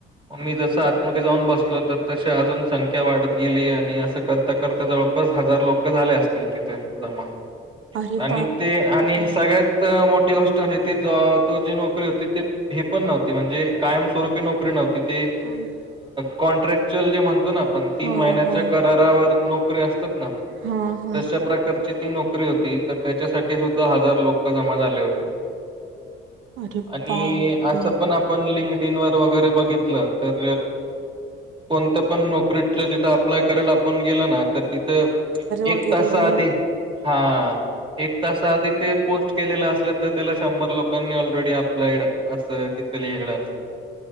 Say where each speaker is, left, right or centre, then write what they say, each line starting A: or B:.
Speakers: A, on the right; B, on the right.
A: मग मी जसं आतमध्येते जाऊन बसलो तर तसे अजून संख्या वाढत गेली आणि असं करता करता जवळ. च हजार लोक झाले असतील. जमा
B: अरे
A: आणि
B: बाप
A: ते आणि
B: रे!
A: सगळ्यात मोठ. मोठी गोष्ट म्हणजे त तो जी नोकरी होती ते हे पण नव्हती म्हणजे कायमस्वरूपी नोकरी नव्हती. ते
B: हां.
A: कॉन्ट्रॅक्चुल जे म्हणतो ना आपण तीन
B: हो
A: महिन्याच्या
B: हो.
A: करारावर असतात ना
B: हां हां.
A: तशा प्रकारे ती नोकरी होती तर त्याच्यासाठी सुद्धा हजार लोक जमा झाले होते.
B: अरे
A: आणि
B: बाप
A: असं
B: रे!
A: पण आपण लिंग व वगैरे बघितलं तर कोणत्या पण नोकरीतल्या तिथं अप्लाय करायला आपण गेलो ना तर तिथ एक
B: वगैरेंनी
A: तासा आधी हा एक तासा आधी ते प के असलं तर त्याला शंभर लोकांनी ऑलरेडी अप्लाइड अस तिथ लिहिलं असत.